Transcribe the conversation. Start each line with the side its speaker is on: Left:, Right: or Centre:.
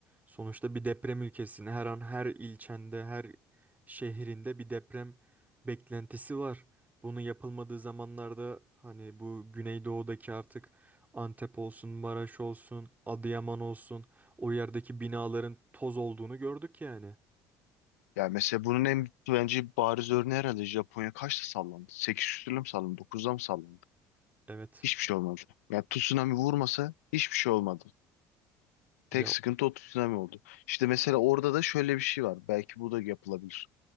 Right: Sonuçta bir deprem ülkesinde her an her ilçende, her şehrinde bir deprem beklentisi var. Bunu yapılmadığı zamanlarda hani bu Güneydoğu'daki artık Antep olsun, Maraş olsun, Adıyaman olsun o yerdeki binaların toz olduğunu gördük yani.
Left: Ya mesela bunun en bence bariz örneği herhalde Japonya kaçta sallandı? 8 küsürle mi sallandı? 9'da mı sallandı?
Right: Evet.
Left: Hiçbir şey olmadı. Ya tsunami vurmasa hiçbir şey olmadı.
Right: Ya
Left: Tek sıkıntı o tsunami oldu. İşte mesela orada da şöyle bir şey var. Belki bu da yapılabilir.